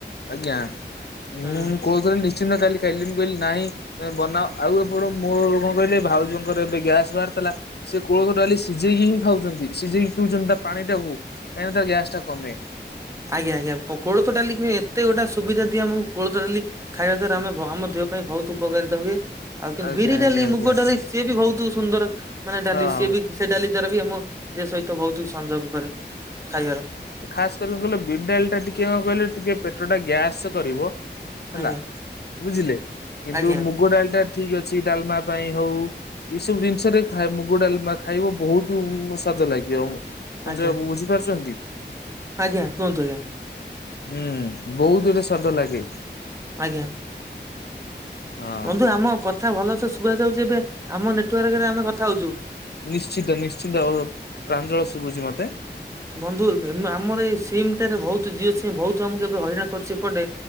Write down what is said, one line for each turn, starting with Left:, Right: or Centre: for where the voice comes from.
Left: ଆଜ୍ଞା ମୁଁ
Right: ହୁଁ
Left: କୋଳଥ ଡାଲି ନିଶ୍ଚିନ୍ତ କାଲି ଖାଇଲି, ମୁଁ କହିଲି ନାଇଁ ବନା ଆଉ ଏପଟ ମୋର କଣ କହିଲେ! ଭାଉଜଙ୍କର ଏବେ ଗ୍ୟାସ୍ ବାହାରି ଥିଲା! ସେ କୋଳଥ ଡାଲି ସିଝେଇକି ହିଁ ଖାଉଛନ୍ତି! ସିଝେଇକି ପିଉଛନ୍ତି ତା ପାଣି ଟାକୁ! କାହିଁକି ନା ତା ଗ୍ୟାସ ଟା କମେ!
Right: ଆଜ୍ଞା-ଆଜ୍ଞ କୋଳଥ ଡାଲି କୁ ଏ ଏତେ ଗୋଟା ସୁବିଧା ଦିଏ! ଆମକୁ କୋଳଥ ଡାଲି ଖାଇବା ଦ୍ଵାରା ଆମେ ଆମ ଦେହ ପାଇଁ ବହୁତ୍ ଉପକାରତା ହୁଏ। ଆଉ କିନ୍ତୁ
Left: ଆଜ୍ଞା
Right: ବିରି
Left: ଆଜ୍ଞା
Right: ଡାଲି,
Left: ଆଜ୍ଞା
Right: ମୁଗ ଡାଲି ସିଏ ବି ବହୁତ ସୁନ୍ଦର! ମାନେ ଡାଲି
Left: ହଁ
Right: ସିଏ ବି ସେ ଡାଲି ଦ୍ଵାରା ବି ଆମ ଦେହ ସହିତ ବହୁତ ସଂଯୋଗ କରେ ଖାଇବାର।
Left: ଖାସ୍ କରି କହିଲେ! ବିରିଡାଲି ଟା ଟିକେ କଣ କହିଲେ ଟିକେ ପେଟ ଟା ଗ୍ୟାସ କରିବ। ହେଲା
Right: ଆଜ୍ଞା
Left: ବୁଝିଲେ! କିନ୍ତୁ
Right: ଆଜ୍ଞା
Left: ମୁଗ ଡାଲି ଟା ଠିକ୍ ଅଛି ଡାଲମା ପାଇଁ ହଉ। ଏଇ ସବୁ ଜିନିଷରେ ଥାଏ! ମୁଗ ଡାଲାମା ଖାଇବ ବହୁତ ସ୍ଵାଦ ଲାଗିବ। ସଞ୍ଜୟ
Right: ଆଜ୍ଞା
Left: ବାବୁ ବୁଝିପାରୁଛନ୍ତି?
Right: ଆଜ୍ଞା କୁହନ୍ତୁ ଆଜ୍ଞା।
Left: ହୁଁ ବହୁତ୍ ରେ ସ୍ୱେଦ ଲାଗେ।
Right: ଆଜ୍ଞା।
Left: ହଁ
Right: ବନ୍ଧୁ ଆମ କଥା ଭଲସେ ଶୁଭ ଯାଉଛି ଏବେ! ଆମ ନେଟୱାର୍କରେ ଆମେ କଥା ହଉଛୁ।
Left: ନିଶ୍ଚିନ୍ତ-ନିଶ୍ଚିନ୍ତ! ଅ ପ୍ରାଞ୍ଜଳ ଶୁଭୁଛି ମତେ।
Right: ବନ୍ଧୁ ଆମର ଏଇ ସିମ୍ ଟାରେ ବହୁତ୍ ଜିଓ ସିମ୍, ବହୁତ ଆମକୁ ଏବେ ହଇରାଣ କରୁଛି ଏପଟେ।